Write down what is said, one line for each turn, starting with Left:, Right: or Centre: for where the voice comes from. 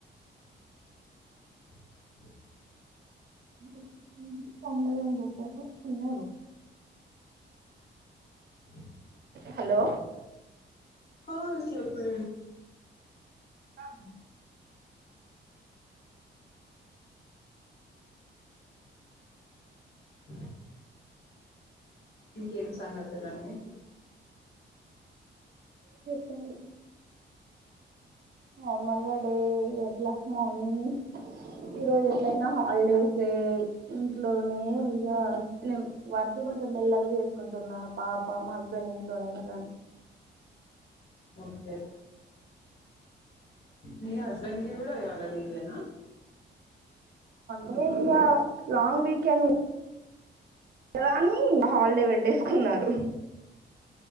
Left: అ
Right: అదే ఈ పొండల అంంగూట తినడు
Left: అ
Right: హలో
Left: హ చెప్పు
Right: అ
Left: అ ఇంకేం సంగ తెలండి
Right: కాాల నార్మల్ గా డే ఎట్లా మార్నింగ్ ఈరోోజు ఎట్లయినా హాలిడేస్ ఇంట్లోనే ఇక న వత ఇ కొంచెం మెల్లగా చేసుకుంటున్నా పాప మా హస్బెండ్ ఇంట్లోనే కదని
Left: ఓకే మీ హస్బెండ్కిి కూడా ఇవాల లీవేనా
Right: ంటే ఇంకా లాంగ్ వీకెండ్ కదా అని ఇంకా హాలిడే పెట్టేసుకున్నారు